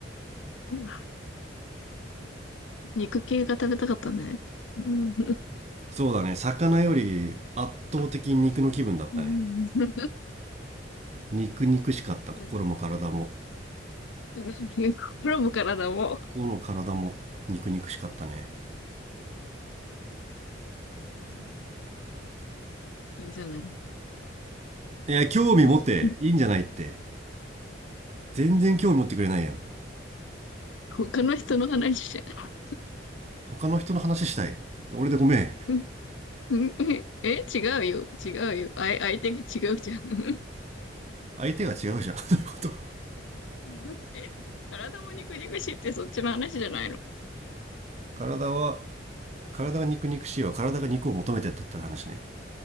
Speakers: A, on the left; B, on the right.
A: うん肉系が食べたかったね。うん。
B: そうだね、魚より圧倒的に肉の気分だったね。
A: うん。
B: 肉肉しかった、心も体も。
A: うん <laughs> 心も体も。
B: 今日の体も肉肉しかったね。
A: うんいいじゃない。
B: いや、興味持っていいんじゃないって。
A: <laughs>
B: 全然興味持ってくれないやん。
A: 他の人の話じゃん。
B: 他の人の話したい。俺でごめん。
A: <laughs> うんえ、違うよ。違うよ。あい、相手が違うじゃん。
B: 相手が違うじゃん。<laughs> そういうこと。
A: <laughs> え、体も肉々しいってそっちの話じゃないの。
B: 体は、体が肉肉しいわ。体が肉を求めてたって話ね。